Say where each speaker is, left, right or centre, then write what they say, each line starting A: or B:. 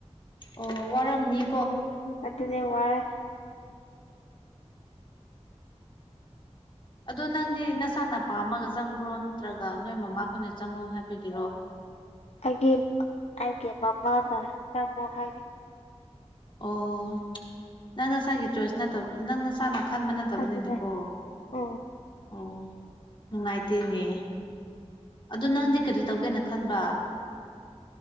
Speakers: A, on the left; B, on the left.
A: ꯑꯣ ꯋꯥꯔꯝꯅꯤ
B: ꯑꯗꯨꯅꯦ ꯋꯥꯏꯌꯦ
A: ꯑꯗꯨ ꯅꯪꯗꯤ ꯅꯁꯥꯅ ꯄꯥꯝꯃꯥꯒ ꯆꯪꯕ꯭ꯔꯣ ꯅꯠꯇ꯭ꯔꯒ ꯅꯣꯏ ꯃꯃꯥ ꯍꯣꯏꯅ ꯆꯪꯉꯣ ꯍꯥꯏꯕꯒꯤꯔꯣ
B: ꯑꯩꯒꯤ ꯑꯩꯒꯤ ꯃꯃꯥꯅ ꯆꯪꯉꯣ ꯍꯥꯏꯌꯦ
A: ꯑꯣ ꯅꯪ ꯅꯁꯥꯒꯤ ꯆꯣꯔꯁ ꯅꯠꯇꯕ ꯅꯪ ꯅꯁ ꯁꯥꯅ ꯈꯟꯕ ꯅꯠꯇꯕꯅꯤꯅꯀꯣ
B: ꯑꯗꯨꯅꯦ ꯎꯝ
A: ꯑꯣ ꯅꯨꯡꯉꯥꯏꯇꯦꯅꯦ ꯑꯗꯨ ꯅꯪꯗꯤ ꯀꯔꯤ ꯇꯧꯒꯦꯅ ꯈꯟꯕ